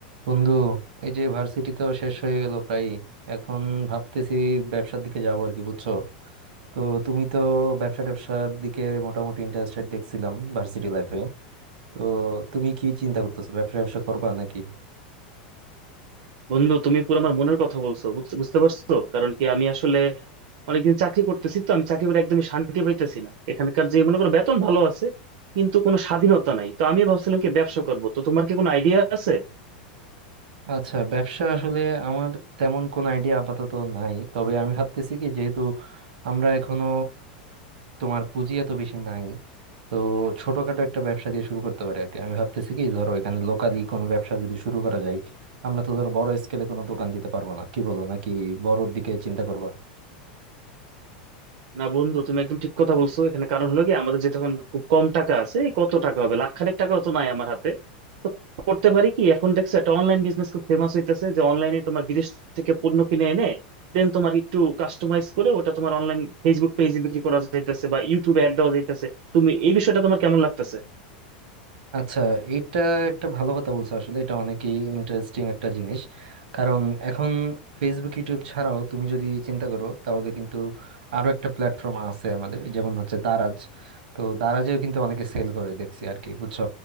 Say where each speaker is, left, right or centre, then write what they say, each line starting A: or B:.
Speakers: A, on the right; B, on the right.
A: বন্ধু এই যে ভার্সিটি তো শেষ হয়ে গেল প্রায় এখন ভাবতেছি ব্যবসার দিকে যাবো আর কি বুঝছো তো তুমি তো ব্যবসা ট্যাবসার দিকে মোটামুটি ইন্টারেস্টেড দেখছিলাম ভার্সিটি লাইফে তো তুমি কি চিন্তা করতেছো ব্যবসা ব্যবসা করবা নাকি
B: বন্ধু তুমি পুরো আমার মনের কথা বলছো বুঝতে বুঝতে পারছো কারণ কি আমি আসলে অনেকদিন চাকরি করতেছি তো আমি চাকরি করে একদমই শান্তি পাইতেছি না এখানকার যে মনে করো বেতন ভালো আছে কিন্তু কোনো স্বাধীনতা নাই তো আমি ভাবছিলাম কি ব্যবসা করবো তো তোমার কি কোনো আইডিয়া আছে
A: আচ্ছা ব্যবসা আসলে আমার তেমন কোনো আইডিয়া আপাতত নাই তবে আমি ভাবতেছি কি যেহেতু আমরা এখনো তোমার পুঁজি এত বেশি নাই তো ছোটখাটো একটা ব্যবসা দিয়ে শুরু করতে পারে আর কি আমি ভাবতেছি কি ধরো এখানে লোকালি কোনো ব্যবসা যদি শুরু করা যায় আমরা তো ধরো বড় স্কেলে কোনো দোকান দিতে পারবো না কি বলো নাকি বড়োর দিকে চিন্তা করবা
B: না বন্ধু তুমি একদম ঠিক কথা বলছো এখানে কারণ হলো কি আমাদের যে তখন খুব কম টাকা আছে এই কত টাকা হবে লাখখানেক টাকাও তো নাই আমার হাতে তো করতে পারি কি এখন দেখছো একটা অনলাইন বিজনেস খুব ফেমাস হইতেছে যে অনলাইনে তোমার বিদেশ থেকে পণ্য কিনে এনে দেন তোমার একটু কাস্টমাইজ করে ওটা তোমার অনলাইন ফেসবুক পেজে বিক্রি করা যাইতেছে বা ইউটিউবে অ্যাড দেওয়া যাইতেছে তুমি এই বিষয়টা তোমার কেমন লাগতেছে
A: আচ্ছা এটা একটা ভালো কথা বলছো আসলে এটা অনেকই ইন্টারেস্টিং একটা জিনিস কারণ এখন ফেসবুক ইউটিউব ছাড়াও তুমি যদি চিন্তা করো তাহলে কিন্তু আরো একটা প্ল্যাটফর্ম আছে আমাদের যেমন হচ্ছে দারাজ তো দারাজেও কিন্তু অনেকে সেল করে দেখছি আর কি বুঝছো